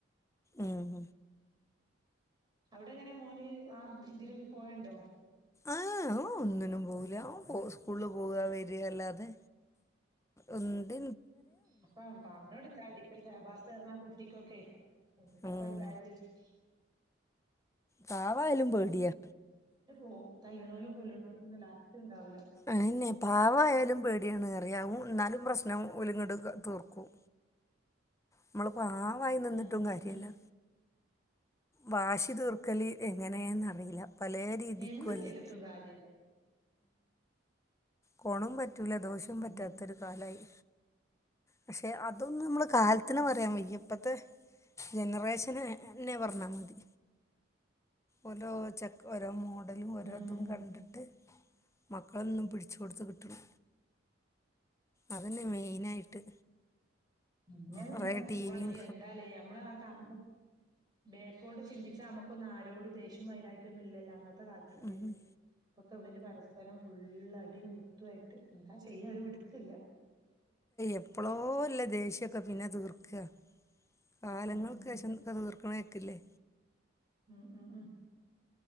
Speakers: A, on the left; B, on the right.
A: ഉഹ
B: അവിടെ എങ്ങനെ മോന് ആ ഇതിലൊരു പോയുണ്ടോ
A: ആഹ് ഒന്നിനും പോകില്ല പോ സ്കൂളിൽ പോവ വരികല്ലാതെ ഒന്ത്
B: അപ്പം പറഞ്ഞ കൊടുത്താണ്ട ഇപ്പ ശാബാസ്ഞ്ഞാ കുട്ടിക്കൊക്കെ എന്താപ്പ
A: ഉം
B: ഡായജസ്റ്റ്
A: കാവായാലും പേടിയാ
B: ഓ തല്ലണോലും കുുലുണോലുംന്നും ലാസ്റ്റ് ഉണ്ടാവില്ല
A: ആന്നെ പാവ ആാലും പേടിയാണ് കറിയാവും എന്നാലും പ്രശ്നം ഒലുങ്ങട് തീർക്കും
B: <inaudible>
A: നമ്മളിപ്പോൊ ആ വായി നിന്നിട്ടും
B: ഉം ഉം
A: കാര്യല്ലോ
B: ഉം
A: വാശി തൂർക്കലി എങ്ങനെയെന്നറിയില്ല പലയ രീതിക്കല്ലേ
B: എന്ത് ചെയ്തിട്ടും കാര്യല്ല
A: കൊണ പറ്റ ദോഷം
B: ഉം
A: പറ്റത്തരു കാലായി പക്ഷെ അതൊന്ന നമ്മ അത്തി പറയാ മ ഇപ്പഴത്തെ ജനറേഷന് എന്നെ പറഞ്ഞാൽ മതി ഓരോ ചെക് ഓരോ മോഡലും ഓരോതും
B: ഉം
A: കണ്ടിട്ട് മക്കളൊന്നും പിടിച്ചുക കൊടുത്ത കിട്ടുള്ള അതന്നെ മെയിനായിട്ട്
B: നിങ്ങ ഇങ്ങനെ
A: കുറേ
B: പോവവാണെങ്കിൽ
A: ടി വിയും
B: എന്താലേ നമ്മ ആ ബേക്കോട്ട് ചിന്തിച്ചാ നമുക്കൊന്ന ആരോട് ദേഷ്യ വൈരാക്കിയ ഒന്നും ഇല്ലോ ഇത്ത കാലത്തക്ക്
A: ഉം
B: ഇപ്പൊക്കെ അവല് പരസ്പരം ഫുുള്ളടിയും കുത്തുായിട്ട് എന്താ ചെയ്യാ ഒരു പിടുത്തല്ല
A: എപ്പളോ ല്ല ദേഷ്യൊക്കെ പിന്നെ തീർക്കുക കാലങ്ങൾകേശംകഥ
B: ഉം ഉം
A: തീർക്കണേക്കില്ലേ
B: ആഹ് ആഹ് ആഹ്